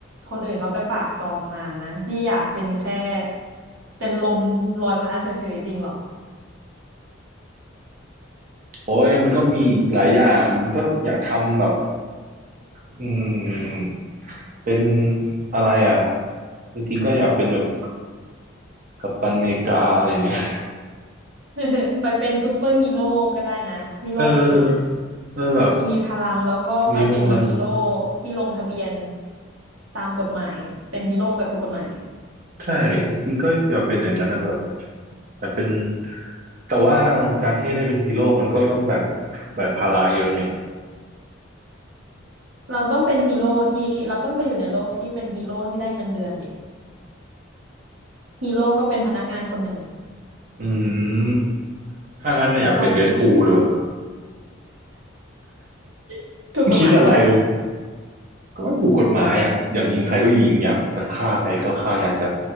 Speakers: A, on the right; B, on the right.
A: คนอื่นเขาไปปราบจอมมารนะพี่อยากเป็นแค่เป็นลมลอยพัดเฉยๆจริงเหรอ
B: โอ้ยมันก็มีหลายอย่างมันก็อยากทำแบบอืมเป็นอะไรอ่ะจริงๆก็อยากเป็นแบบกัปตันอเมริกาอะไรเงี้ย
A: <laughs> ไปเป็นซูเปอร์ฮีโร่ก็ได้นะที่โลกอื่นน่ะ
B: เออเออแบบ
A: มีพลังแล้วก็ไปเป็นฮีโร่
B: มีพลัง
A: ที่ลงทะเบียนตามกฎหมายเป็นฮีโร่แบบถูกกฎหมาย
B: ใช่จริงๆก็อยากเป็นอย่างนั้นนะแบบอยากเป็นแต่ว่าการที่ได้เป็นฮีโร่มันก็ต้องแบกแบกภาระเยอะไง
A: เราต้องเป็นฮีโร่ที่เราต้องไปอยู่ในโลกที่เป็นฮีโร่ที่ได้เงินเดือนดิฮีโร่ก็เป็นพนักงานคนหนึ่ง
B: อืมถ้างั้นนะอยากเป็นเดดพูลดีกว่า
A: ถ้าลองคิดดิ <laughs> ถูกกฎหมายไหมน่ะ
B: <laughs> คิดอะไรเลย ก็ถูกกฎหมายอยากอยากยิงใครก็ยิงอยากจะฆ่าใครก็ฆ่าอยากจะ